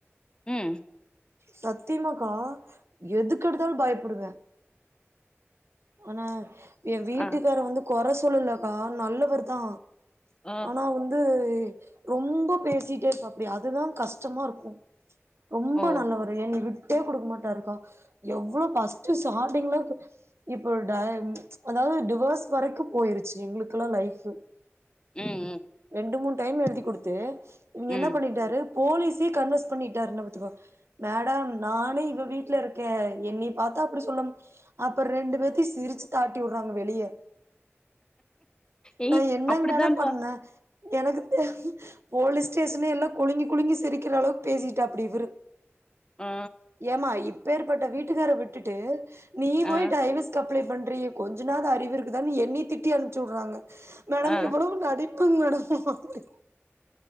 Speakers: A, on the left (about 20°); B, on the right (about 65°).
A: ம்
B: சத்தியமாக்கா எதுக்கெடுத்தாலு பயப்படுவே ஆனா ஏ வீட்டுக்கார
A: ஆ
B: வந்து கொறை சொல்லலக்கா நல்லவர் தா
A: ஆ
B: ஆனா வந்து ரொம்ப பேசிட்டே இருப்பாப்டி அதுதா கஷ்டமா இருக்கு ரொம்ப
A: ஓ
B: நல்லவரு என்னய விட் டே குடுக்க மாட்டாருக்கா எவ்ளோ ஃபர்ஸ்ட் ஸ்டாரிங்ல இப்போ ட அதாவது டிவர்ஸ் வரைக்கு போயிருச்சி எங்களுக்கெல்லா லைஃபு
A: ம் ம்
B: ரெண்டு மூணு டைம் எழுதி குடுத்து இவங்க
A: ம்
B: என்ன பண்ணிட்டாரு போலீஸே கன்வர்ஸ் பண்ணிட்டாருன்னா பாத்துக்கோ மேடம் நானே இவ வீட்ல இருக்கே என்னிய பாத்தா அப்டி சொல்ல அப்பறோ ரெண்டு பேத்தையு சிரிச்சு தாட்டி விடுறாங்க வெளிய
A: ஏ
B: நா என்னங்க
A: அப்டித்தான்ப்பா
B: மேடம் பண்ணே எனக்கு தெ போலீஸ் ஸ்டேஷனே எல்லா குலுங்கி குலுங்கி சிரிக்கிற அளவுக்கு பேசிட்டாப்டி இவரு
A: ஆ
B: ஏமா இப்பேற்பட்ட வீட்டுக்கார விட்டுட்டு நீ போய்
A: ஆ
B: டைவஸ்க் அப் ளே பண்றியே கொஞ்ச நாது அறிவு இருக்காதுன்னு என்னிய திட்டி அம்ச்சி விடுறாங்க மேடம்
A: ஆ
B: இவ்வளவு நடிப் புங்க மேடம் அப்டின்